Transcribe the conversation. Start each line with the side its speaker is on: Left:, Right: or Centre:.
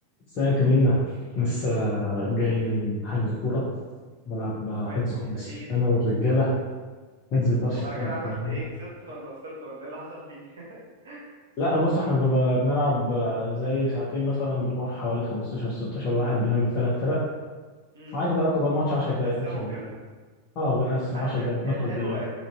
Left: ازيك يا مينا لسه جاي من حجز كورة بلعب
Right: ودي
Left: حجز خماسي
Right: يا نبيل
Left: أنا والرجالة
Right: كنت-
Left: حجز طرش
Right: وعلى
Left: في طرش
Right: كده عملت
Left: يعني
Right: ايه كسبت ولا خسرت ولا ايه اللي حصل فيك <laughs>
Left: لا بص احنا بنبقى بنلعب زي ساعتين مثلا بنروح حوالي 15 16 واحد بنعمل ثلاث فرق
Right: امم
Left: وعادي بقى بتبقى الماتش 10
Right: متقسمه
Left: دقايق 12 دقيقة
Right: وكده
Left: اه بنقسم
Right: عارف
Left: 10
Right: ال-
Left: دقايق 12
Right: الحلو
Left: دقيقة